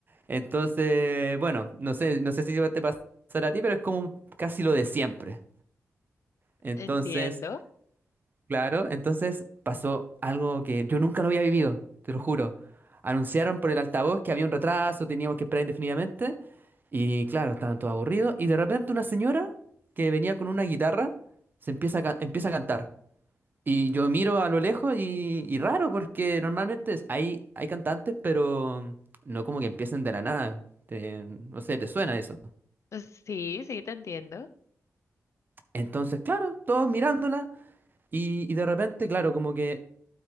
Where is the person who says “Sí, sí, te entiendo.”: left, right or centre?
Left